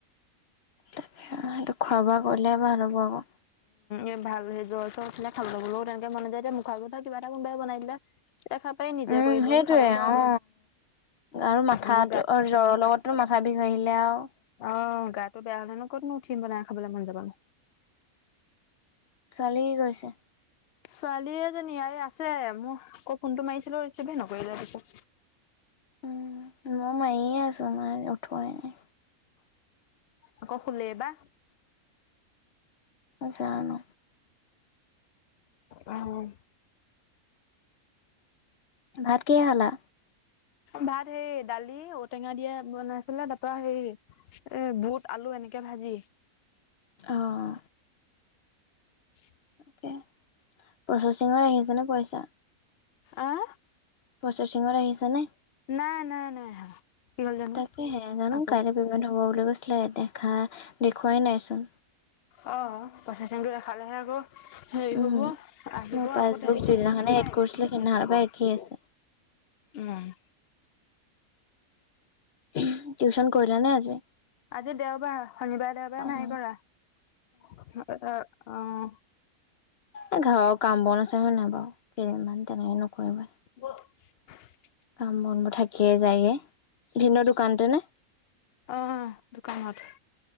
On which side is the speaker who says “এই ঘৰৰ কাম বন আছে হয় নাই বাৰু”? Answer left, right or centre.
Left